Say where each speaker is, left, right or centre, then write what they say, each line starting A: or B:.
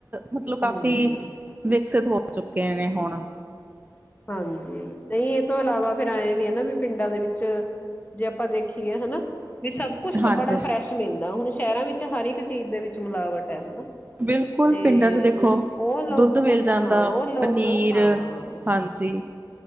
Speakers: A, on the right; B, on the left.
A: ਮਤਲਬ ਕਾਫੀ
B: ਹੂੰ
A: ਵਿਕਸਿਤ ਹੋ ਚੁੱਕੇ ਨੇ ਹੁਣ।
B: ਹਾਂਜੀ ਨਹੀਂ ਇਹ ਤੋਂ ਇਲਾਵਾ ਫੇਰ ਐਂ ਵੀ ਹੈ ਨਾ ਵੀ ਪਿੰਡਾਂ ਦੇ ਵਿੱਚ ਜੇ ਆਪਾਂ ਦੇਖੀਏ ਹਨਾ ਵੀ ਸਭ ਕੁਛ ਤਾਂ
A: ਹਾਂਜੀ
B: ਬੜਾ ਫਰੈਸ਼ ਮਿਲਦਾ ਹੁਣ ਸ਼ਹਿਰਾਂ ਵਿੱਚ ਹਰ ਇੱਕ ਚੀਜ਼ ਦੇ ਵਿੱਚ ਮਿਲਾਵਟ ਹੈ
A: ਬਿਲਕੁਲ
B: ਤੇ
A: ਪਿੰਡਾਂ ਚ ਦੇਖੋ
B: ਉਹ ਲੋਕ
A: ਦੁੱਧ ਮਿਲ ਜਾਂਦਾ
B: ਹਾਂ ਉਹ ਲੋਕ
A: ਪਨੀਰ
B: ਹਾਂ।
A: ਹਾਂਜੀ।